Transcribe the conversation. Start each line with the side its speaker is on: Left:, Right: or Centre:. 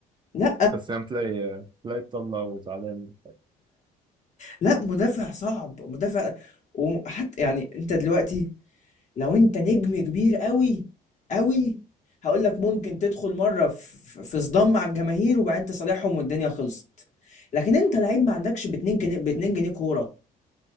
Left: لا
Right: بس يعني تلاقي تلاقي بطلة وزعلان
Left: لا مدافع صعب مدافع وحتى يعني انت دلوقتي لو انت نجم كبير قوي قوي هقول لك ممكن تدخل مره في في صدام مع الجماهير وبعدين تصالحهم والدنيا خلصت لكن انت لعيب ما عندكش ب 2 جنيه ب 2 جنيه كوره